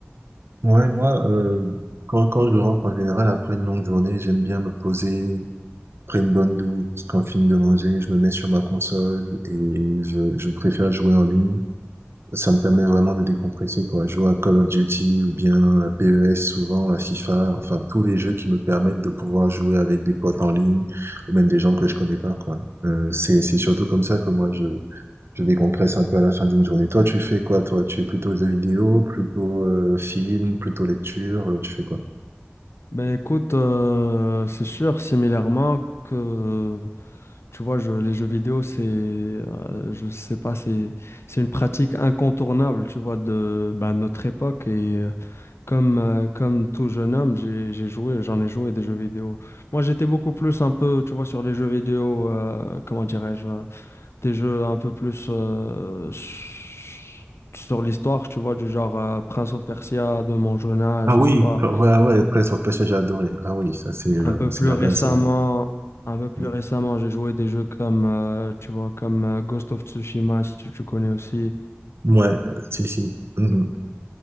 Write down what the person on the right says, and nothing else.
Ouais, moi, euh, quand, quand je rentre en général après une longue journée, j'aime bien me poser, après une bonne douche, quand je finis de manger, je me mets sur ma console et je, je préfère jouer en ligne. Ça me permet vraiment de décompresser, quoi. Jouer à Call of Duty ou bien à PES souvent, à FIFA, enfin tous les jeux qui me permettent de pouvoir jouer avec des potes en ligne ou même des gens que je connais pas, quoi. Euh, c'est, c'est surtout comme ça que moi je décompresse un peu à la fin d'une journée. Toi, tu fais quoi, toi? Tu es plutôt jeux vidéo, plutôt euh, film, plutôt lecture, euh, tu fais quoi?
Ah
oui,
p- ouais, ouais, Prince of Persia, j'ai adoré. Ah oui, ça c'est euh,
c'est
la
base, ouais.
Mm.
Ouais, euh, si, si, Mhm,